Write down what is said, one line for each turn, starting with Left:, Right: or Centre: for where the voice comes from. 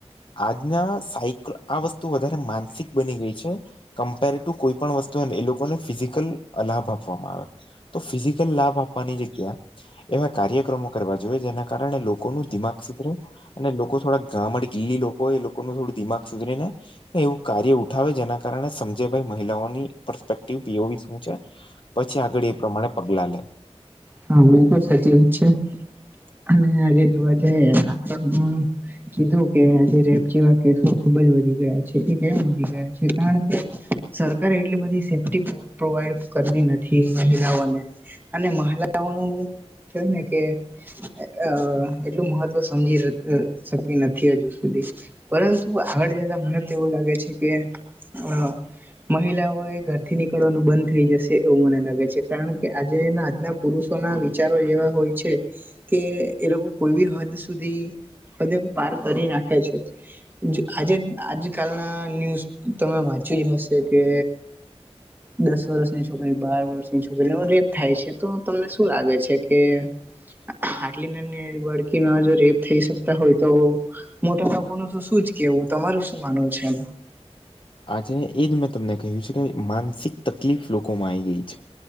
Left: આજના સાયકલ આ વસ્તુ વધારે માનસિક બની ગઈ છે. કમ્પેર ટુ કોઈ પણ વસ્તુ હોય ને એ લોકોને ફિઝિકલ અ લાભ આપવામાં આવે. તો ફિઝિકલ લાભ આપવાની જગ્યા એવા કાર્યક્રમો કરવા જોઈએ, જેના કારણે લોકોનું દિમાગ સુધરે. અને લોકો થોડા ગામડ ગીલી લોકો હોય એ લોકોનું થોડું દિમાગ સુધરીને એવું કાર્ય ઉઠાવે જેના કારણે સમજે ભઈ મહિલાઓની પરપેક્ટિવ પીઓવી શું છે. પછી આગળ એ પ્રમાણે પગલાં લે.
Right: હા બિલકુલ સાચી વાત છે. અને આજે <unintelligible> કીધું કે આજે રેપ જેવા કેસો ખુબ જ વધી ગયા છે. એ કેમ વધી ગયા છે કારણ કે સરકાર એટલી બધી સેફ્ટી પ્રોવાઈડ કરતી નથી મહિલાઓને. અને મહલાઓનું કેવાય ને કે અ એટલું મહત્વ સમજી શકી નથી હજુ સુધી. પરંતુ આગળ જતા મને તો એવું લાગે છે કે અ મહિલાઓએ ઘરથી નીક નિકળવાનું બંધ થઈ જશે એવું મને લાગે છે. કારણ કે આજે એના આજના પુરુષોના વિચારો એવા હોય છે, કે એ લોકો કોઈ બી હદ સુધી હદે પાર કરી નાખે છે. જે આજે જ આજકાલના ન્યૂઝ તમે વાંચી જ હશે કે દસ વર્ષની છોકરી, બાર વર્ષની છોકરીનો રેપ થાય છે. તો તમને શું લાગે છે કે આટલી નાની નાની બાળકીનો જો રેપ થઈ શકતા હોય તો. મોટા લોકોનું તો શું જ કેવું? તમારું શું માનવું છે એમ?
Left: આજે એજ મેં તમને કહ્યું છે કે માનસિક તકલીફ લોકોમાં આઈ ગઈ છે.